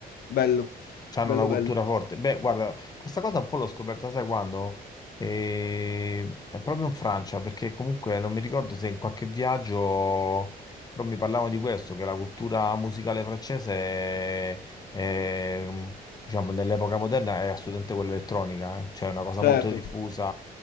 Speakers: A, on the left (about 75°); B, on the left (about 25°).
A: bello,
B: C'hanno
A: bello
B: una cultura
A: bello.
B: forte. Beh, guarda, questa cosa un po' l'ho scoperta, sai quando? Eh, È proprio in Francia, perché comunque non mi ricordo se in qualche viaggio, però mi parlavano di questo, che la cultura musicale francese è, è, mm, diciamo, nell'epoca moderna è assolutamente quella elettronica, eh. Cioè è una cosa molto
A: Certo,
B: diffusa,